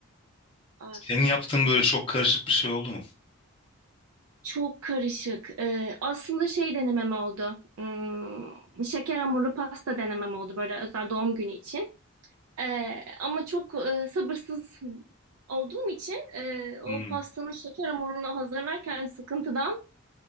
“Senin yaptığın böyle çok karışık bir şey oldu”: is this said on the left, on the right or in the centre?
Left